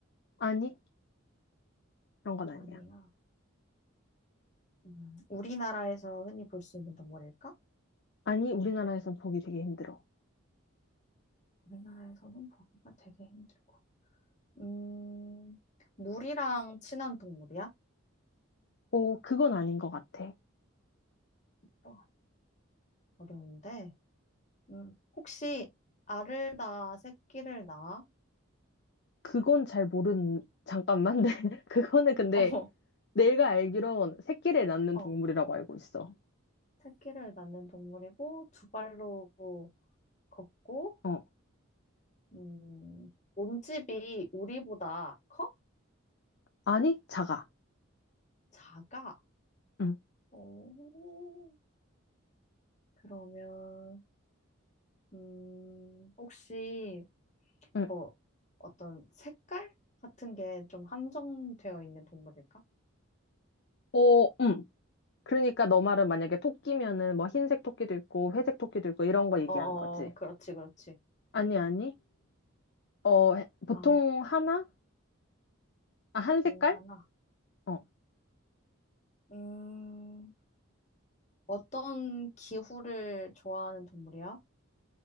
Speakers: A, on the left (about 50°); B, on the left (about 35°).
A: 아니? 그런 건 아니야.
B: 아니야. 음, 우리나라에서 흔히 볼 수 있는 동물일까?
A: 아니, 우리나라에선 보기 되게 힘들어.
B: 우리나라에서는 보기가 되게 힘들고. 음, 물이랑 친한 동물이야?
A: 어, 그건 아닌 것 같아.
B: 어, 어려운데. 음, 혹시 알을 낳아 새끼를 낳아?
A: 그건 잘 모르는, 잠깐만. <laughs> 네. 그거는 근데
B: <laughs>
A: 내가 알기론 새끼를 낳는
B: 어,
A: 동물이라고
B: 어,
A: 알고 있어.
B: 새끼를 낳는 동물이고 두 발로 걷고
A: 어.
B: 음, 몸집이 우리보다 커?
A: 아니, 작아.
B: 작아?
A: 응,
B: 오, 그러면 음, 혹시
A: 응.
B: 뭐 어떤 색깔 같은 게 좀 한정되어 있는 동물일까?
A: 어, 응. 그러니까 너 말은 만약에 토끼면은 뭐 흰색 토끼도 있고 회색 토끼도 있고 이런 거 얘기하는
B: 어, 어,
A: 거지.
B: 그렇지, 그렇지.
A: 아니, 아니. 어, 해- 보통
B: 아,
A: 하나? 아, 한
B: 동
A: 색깔?
B: 하나.
A: 어.
B: 음, 어떤 기후를 좋아하는 동물이야?